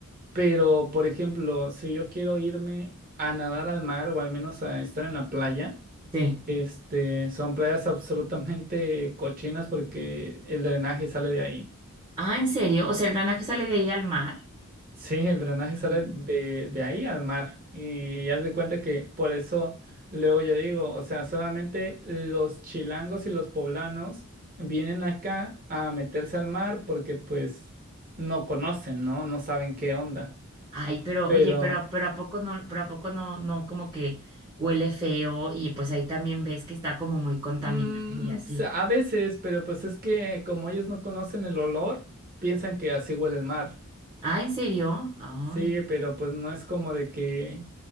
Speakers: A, on the right; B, on the right.
A: pero por ejemplo, si yo quiero irme a nadar al mar o al menos a estar en la playa.
B: Sí.
A: Este, son playas absolutamente cochinas porque el drenaje sale de ahí.
B: Ah, ¿en serio? O sea, el Rana que sale de ahí al mar.
A: Sí, el drenaje
B: Ah.
A: sale de, de ahí al mar. Y haz de cuenta que por eso luego yo digo, o sea, solamente los chilangos y los poblanos vienen acá a meterse al mar porque pues no conocen, ¿no? No saben qué onda.
B: Ay, pero
A: Pero
B: oye, pero, pero a poco no, pero a poco no, no como que huele feo y pues ahí también ves que está como muy contaminado
A: mm,
B: y así.
A: se- a veces, pero pues es que como ellos no conocen el olor, piensan que así huele el mar.
B: Ah, ¿en serio? Ay,
A: Sí, pero pues no es como de que,